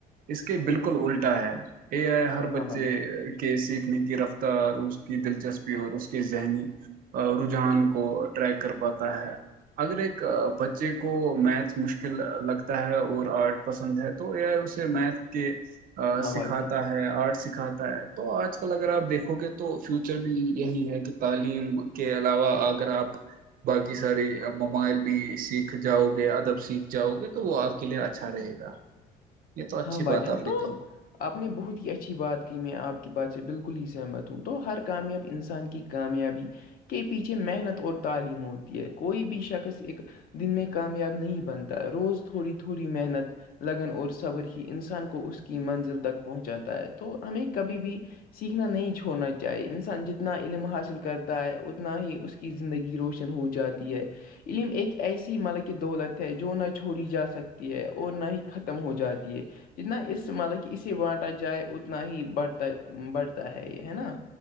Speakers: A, on the right (about 55°); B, on the left (about 60°).
A: اس کے بالکل الٹا ہے یہ ہے ہر
B: ہاں
A: بچے
B: بھائی جان
A: کے سیکھنے کی رفتار اور اس کی دلچسپی اور اس کے ذہنی رجحان کو ٹریک کر پاتا ہے اگر ایک بچے کو میتھس مشکل لگتا ہے اور آرٹ پسند ہے تو یہ اس میتھ کے
B: ہاں
A: سکھاتا
B: بھائی جان
A: ہے ہے آرٹ سکھاتا ہے تو آج کل اگر آپ دیکھو گے تو فیوچر بھی یہی ہے کہ تعلیم کے علاوہ اگر آپ باقی ساریے ممائل بھی سیکھ جاؤ گے ادب سیکھ جاؤ گے تو وہ آپ کے لیے اچھا رہے گا یہ تو اچھی
B: ہاں بھجن
A: بات آپ
B: تو
A: نے کہی
B: آپ نے بہت ہی اچھی بات کی میں آپ کی بات سے بالکل ہی سہمت ہوں تو ہر کامیاب انسان کی کامیابی کے پیچھے محنت اور تعلیم ہوتی ہے کوئی بھی شخص ایک دن میں کامیاب نہیں بنتا روز تھوڑی تھوڑی محنت لگن اور صبر انسان کو اس کی منزل تک پہنچاتا ہے تو ہمیں کبھی بھی سیکھنا نہیں چھوڑنا چاہیے انسان جتنا علم حاصل کرتا ہے اتنا ہی اس کے کی زندگی روشن ہو جاتی ہے علم ایک ایسی ملک دولت ہے جو نہ چھوڑی جا سکتی ہے اور نہ ہی ختم ہو جات کہ جتنا اس مطلب کہ اسے بانٹا جائے اتنا ہی بڑھتا بڑھتا ہے یہ ہے نا